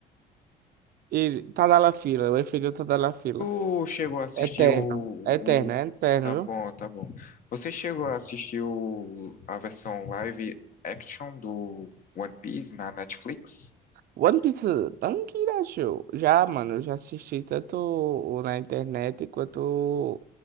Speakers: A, on the right (about 65°); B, on the left (about 55°).
A: e Tadalafila, o efeito Tadalafila.
B: Tu chegou a assistir
A: Eterno,
B: o,
A: eterno,
B: o... o-
A: é eterno,
B: Tá bom,
A: viu?
B: tá bom. Você chegou a assistir o, a versão live action do One Piece na Netflix?
A: One Piece, Tankira Show. Já, mano, eu já assisti tanto o na internet quanto